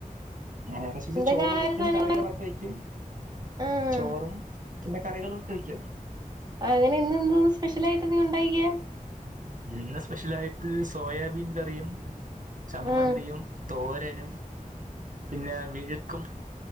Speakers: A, on the right; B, on the right.
A: അങ്ങനെയൊക്കെ ച
B: എന്തൊക്കെ
A: ചോറ്
B: ആഹാര
A: വെക്കും
B: സാധനങ്ങള്
A: കറികളൊക്കെ വെക്കും
B: ആഹ്
A: ചോറും പിന്നെ കറികളൊക്കെ വെക്കണം
B: അങ്ങനെ ഇന്ന എന്തോ സ്പെഷ്യൽ ആയിട്ട് നീ ഉണ്ടാക്കിയെ
A: ഇന്ന് സ്പെഷ്യൽ ആയിട്ട് സോയാബീൻ കറിയും ചമ്മന്തിയും
B: ആഹ്
A: തോരൻ പിന്നെ വിഴുക്കും